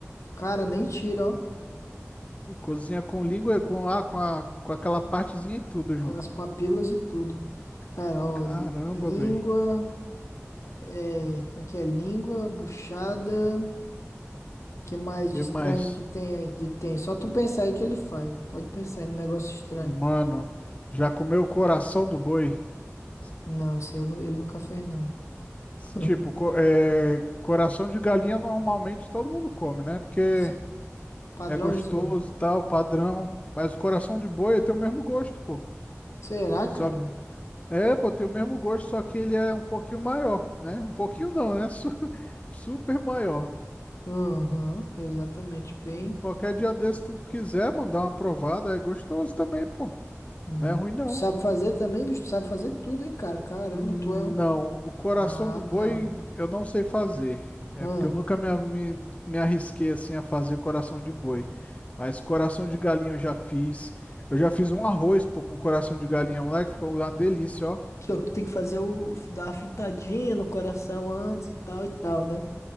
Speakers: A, on the left (about 75°); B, on the left (about 25°).
A: Cara, nem tira, ó.
B: E cozinha com língua, com, a com, a, com aquela partezinha e tudo
A: Com as papilas e tudo. Cara, ó.
B: Caramba,
A: li- Língua.
B: velho.
A: É, como é que é? Língua, buchada. Que mais de
B: E
A: estranho
B: mais?
A: que tem aí? Que tem. Só tu pensar aí que ele faz. Não pode pensar aí no negócio estranho.
B: Mano, já comeu o coração do boi? S-
A: Não, isso aí eu nu- ele nunca fez, não. <laughs>
B: Tipo, co- é, coração de galinha normalmente todo mundo come, né? Porque
A: Sim, padrãozinho.
B: é gostoso e tal, padrão. Mas o coração de boi tem o mesmo gosto, pô.
A: Será,
B: Só
A: cara?
B: que, é, pô, tem o mesmo gosto, só que ele é um pouquinho maior, né? Um pouquinho não, é su- <laughs> super maior.
A: Aham, exatamente. Bem.
B: Qualquer dia desse tu quiser mandar uma provada, é gostoso também, pô.
A: Hum.
B: Não é ruim não.
A: Tu sabe fazer também, bicho? Tu sabe fazer tudo, hein, cara? Caramba,
B: Não,
A: tu é. um-
B: o coração
A: Ah,
B: do boi
A: tá.
B: eu não sei fazer. É
A: Ah.
B: porque eu nunca me, me, me arrisquei assim a fazer coração de boi. Mas coração de galinha eu já fiz. Eu já fiz um arroz, pô, com coração de galinha, moleque, ficou uma delícia, ó.
A: Só que tu tem que fazer o. dar uma fritadinha no coração antes e tal e tal, né?